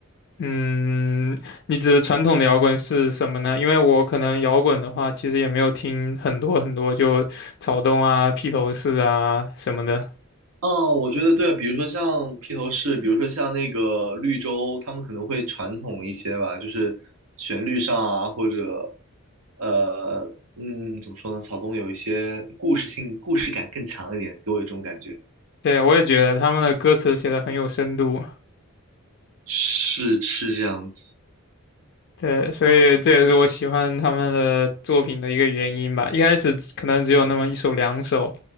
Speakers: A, on the left (about 55°); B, on the right (about 80°).
A: 嗯，你指传统的摇滚是什么呢？因为我可能摇滚的话，其实也没有听很多很多，就草东啊、披头士啊什么的。
B: 哦，我觉得对，比如说像披头士，比如说像那个绿洲，他们可能会传统一些吧，就是旋律上啊，或者呃，嗯，怎么说呢？草东有一些故事性、故事感更强一点，给我一种感觉，
A: 对，我也觉得他们的歌词写的很有深度。
B: 是是这样子
A: 对，所以这也是我喜欢他们的作品的一个原因吧。
B: 啊，
A: 一开始可能只有那么一首两首，